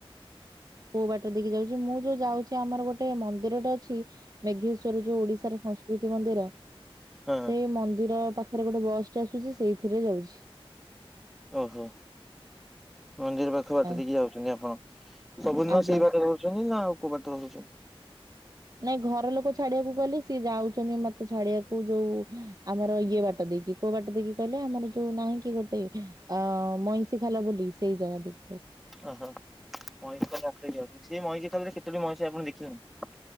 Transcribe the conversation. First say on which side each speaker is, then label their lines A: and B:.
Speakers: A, on the right; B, in the centre.
A: କୋଉ ବାଟରେ ଦେଖି ଯାଉଛି ମୁଁ ଯୋଉ ଯାଉଛି, ଆମର ଗୋଟେ ମନ୍ଦିରଟେ ଅଛି ମେଘେଶ୍ଵର ଯୋଉ, ଓଡିଶାର ସଂସ୍କୃତି ମନ୍ଦିର
B: ହଁ
A: ସେଇ ମନ୍ଦିର ପାଖରେ ଗୋଟେ ବସ୍ ଟେ ଆସୁଛି, ସେଇଥିରେ ଯାଉଛି।
B: ଓହୋ! ମନ୍ଦିର ପାଖ ବାଟ
A: ଆ
B: ଦେଇକି ଯାଉଛନ୍ତି ଆପଣ। ସବୁଦିନ
A: ଆଜ୍ଞା
B: ସେଇ ବାଟରେ ରହୁଛନ୍ତି ନା, ଆଉ କୋଉ ବାଟରେ ରହୁଛନ୍ତି।
A: ନାଇଁ, ଘର ଲୋକ ଛାଡିଆକୁ ଗଲେ ସିଏ ଯାଉଛନ୍ତି, ମତେ ଛାଡିବାକୁ ଯୋଉ, ଆମର ଇଏ ବାଟ ଦେଇକି, କୋଉ ବାଟ ଦେଇକି କଇଲେ, ଆମର ଯୋଉ ନାହିଁ କି ଗୋଟେ, ଅ ମଇଁଷି ଖାଲା ବୋଲି ସେଇ ଜାଗା ଦେଖି ଯାଉଚୁ।
B: ଓହୋ! ମଇଁଷି ଖାଲ <unintelligible> ଯାଉଛନ୍ତି। ସେ ମଇଁଷି ଖାଲରେ କେତେଟି ମଇଁଷି ଆପଣ ଦେଖିଛନ୍ତି?